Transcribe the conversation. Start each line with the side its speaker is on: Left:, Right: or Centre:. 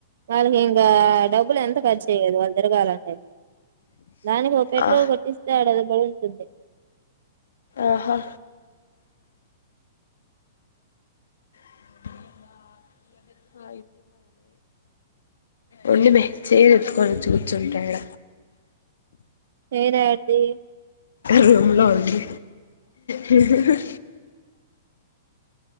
Right: వాళ్ళకి ఇంకా డబ్బులు ఎంత ఖర్చు అయ్యేది వాళ్ళు తిరగాలంటే దానికి ఒక పెట్రోల్
Left: ఆ
Right: కొట్టిస్తే ఆడఅది పడుంటుంది
Left: ఆహా <unintelligible> ఉండు మె చైర్ ఎత్తుకొని వచ్చి కూర్చుంటా ఈడ
Right: చైన్ యాడిది
Left: రూమ్లో ఉంది హ్ హ్